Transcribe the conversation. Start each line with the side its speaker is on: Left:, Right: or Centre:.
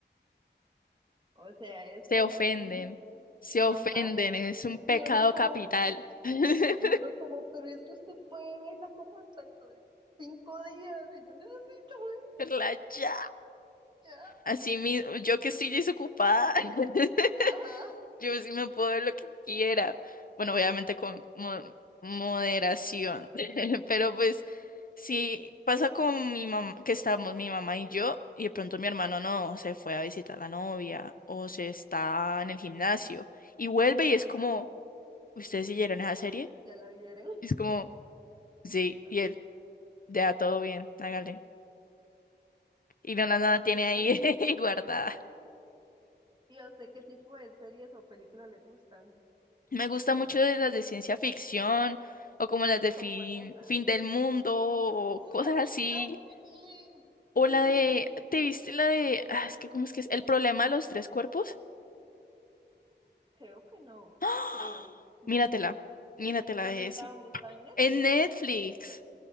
Right: O sea, es
Left: Se
Right: como
Left: ofenden,
Right: un,
Left: se ofenden,
Right: ajá.
Left: es un pecado
Right: Y uno como,
Left: capital. <laughs>
Right: pe- y uno como, pero es que usted puede verla como hasta dentro de cinco días y yo necesito ver
Left: Relájate.
Right: ya.
Left: Así mismo, yo que estoy desocupada, <laughs>
Right: Ajá,
Left: yo sí me puedo ver lo que quiera. Bueno, obviamente con mo- moderación, <laughs> pero pues sí pasa con mi mamá, que estamos mi mamá y yo, y de pronto mi hermano no, se fue a visitar a la novia o se está en el gimnasio y vuelve y
Right: ajá,
Left: es como, ¿ustedes siguieron esa serie?
Right: ya la vieron. <laughs>
Left: Y es como, sí,
Right: No.
Left: y él, ya todo bien, hágale. Y no la
Right: Ay,
Left: nada tiene ahí <laughs> guardada.
Right: ¿Y a usted qué tipo de series o películas le gustan?
Left: Me gusta
Right: Como,
Left: mucho de las de ciencia ficción o como las de fin,
Right: como esas.
Left: fin del mundo o
Right: Uy,
Left: cosas
Right: a mí
Left: así.
Right: también.
Left: O
Right: Sí,
Left: la de,
Right: sí.
Left: ¿te viste la de, ah, es que cómo es que es? El problema de los tres cuerpos.
Right: Creo que no.
Left: <gasps> ¡Ah!
Right: Creo. No
Left: Míratela,
Right: sé.
Left: míratela
Right: ¿Dónde
Left: de
Right: está?
Left: eso.
Right: ¿Dónde está? ¿En Netflix?
Left: En Netflix,